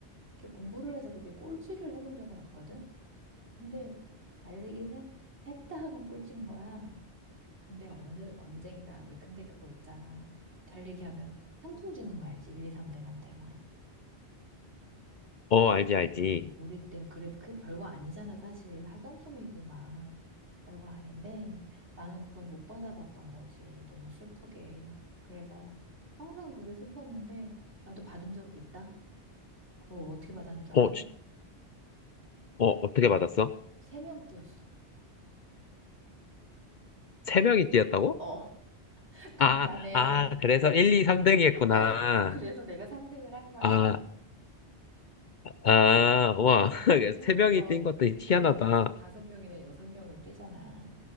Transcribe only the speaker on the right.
이렇게 공부를 해서 그렇게 꼴찌를 해본 적은 없거든? 근데 달리기는 했다 하면 꼴찌인 거야. 근데 어느, 언젠가, 왜 근데 그거 있잖아. 달리기 하면 상품 주는 거 알지? 1, 2, 3등한테만.
우리 땐 그래도 그 별거 아니잖아, 사실. 학용품이구만. 별거 아닌데 나는 그걸 못 받아봤던 거지. 너무 슬프게. 그래서 항상 그게 슬펐는데 나도 받은 적이 있다. 그거 어떻게 받았는 줄
알아?
세 명 띄었어.
어, <laughs> 각판에.
어, <laughs> 그래서 내가 3등을 한 거야.
음,
그거
보통 다, 다섯 명이나 여섯 명을 뛰잖아.